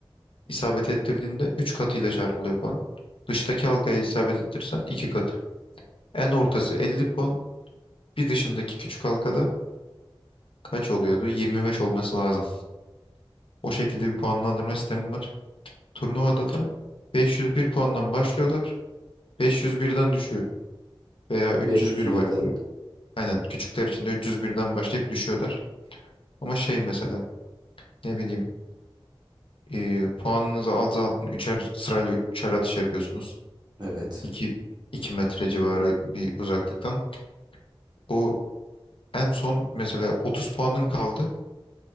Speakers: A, on the left; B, on the right.
A: isabet ettirdiğinde 3 katıyla çarpılıyor puan. Dıştaki halkaya isabet ettirirsen 2 katı. En ortası 50 puan. Bir dışındaki küçük halkada kaç oluyordu? 25 olması lazım. O şekilde bir puanlandırma sistemi var. Turnuvada da 501 puandan başlıyorlar. 501'den düşüyor. Veya 301
B: beş yüz birden
A: başlıyor. Aynen küçükler için de 301'den başlayıp düşüyorlar. Ama şey mesela ne bileyim e, puanınızı azaltın. Üçer, sırayla üçer atış yapıyorsunuz.
B: Evet.
A: 2 2 metre civarı bir uzaklıktan. O en son mesela 30 puanın kaldı.